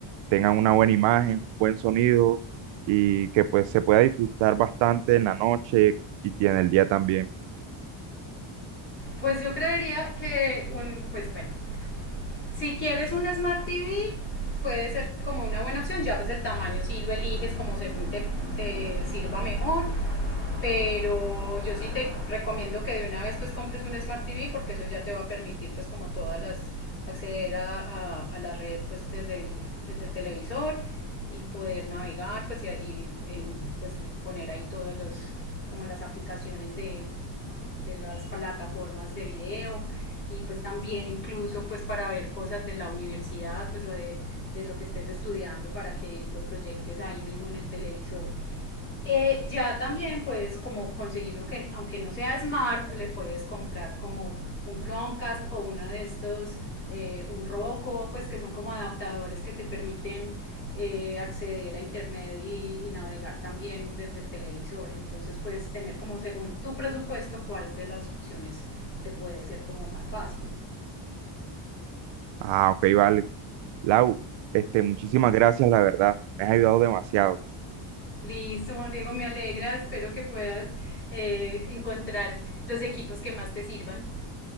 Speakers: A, on the right; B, on the left.
A: tengan una buena imagen, buen sonido y que, pues, se pueda disfrutar bastante en la noche y y en el día también.
B: Pues yo creería que, un, pues bueno, si quieres un Smart TV, puede ser como una buena opción, ya pues el tamaño si lo eliges como según te, te sirva mejor. pero yo sí te recomiendo que de una vez pues compres un Smart TV porque eso ya te va a permitir pues como todas las acceder a, a- a la red pues desde el, desde el televisor y poder navegar pues y, y, eh, pues poner ahí todos los como las aplicaciones de, de las plataformas de video y pues también incluso pues para ver cosas de la universidad pues o de, de lo que estés estudiando para que lo proyectes ahí mismo en el televisor eh, ya también puedes como conseguirlo que, aunque no sea smart, le puedes comprar como un Chromecast o uno de estos, eh, un Roku, pues que son como adaptadores que te permiten eh, acceder a internet y, y, navegar también desde el televisor. Entonces puedes tener como según tu presupuesto cuál de las opciones te puede ser como más fácil.
A: Ah, ok, vale. Lau, este, muchísimas gracias, la verdad. Me has ayudado demasiado.
B: Listo, Juan Diego, me alegra, espero que puedas eh, encontrar los equipos que más te sirvan.